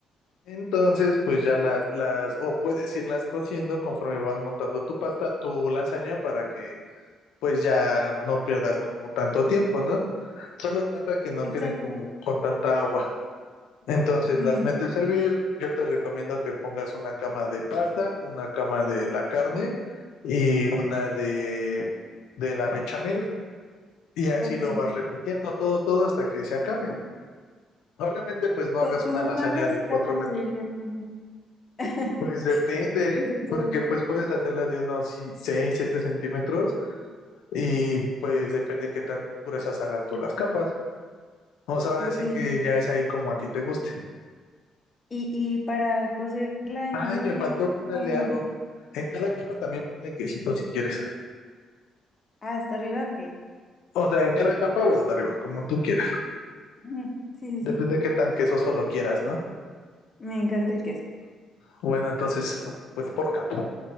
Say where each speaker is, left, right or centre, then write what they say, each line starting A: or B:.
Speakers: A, on the left (about 80°); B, on the left (about 30°).
A: Entonces, pues ya las, las, o puedes irlas cociendo conforme vas montando tu pasta, tu lasaña para que pues ya no pierdas como tanto tiempo, ¿no? Solo trata que no
B: está
A: queden
B: bien,
A: como con tanta agua. Entonces
B: muy
A: las
B: bien,
A: metes a hervir. Yo te recomiendo que pongas una cama de pasta, una cama de la carne y una de, de la bechamel. Y así
B: ok.
A: lo vas repitiendo todo, todo hasta que se acabe. Obviamente, pues no
B: Cu-
A: hagas
B: ¿Cómo
A: una lasaña
B: cuántas
A: de cuatro
B: capas
A: metros.
B: debería poner? <laughs>
A: Pues depende,
B: Eso es todo.
A: porque pues puedes hacerla de unos si- seis, siete centímetros y pues depende qué tan gruesas hagas tú las capas. O sea, ahora
B: Ok.
A: sí que ya es ahí como a ti te guste.
B: Y, y para cocerla en
A: Ay,
B: el horno,
A: me faltó ponerle
B: como
A: algo. En cada capa también ponle quesito si quieres.
B: ah, hasta arriba, ok.
A: O sea, en cada capa o hasta arriba, como tú quieras.
B: Ujú. Sí, sí, sí.
A: Depende de qué tan queso solo quieras, ¿no?
B: Me encanta el queso.
A: Bueno, entonces, pues por capa.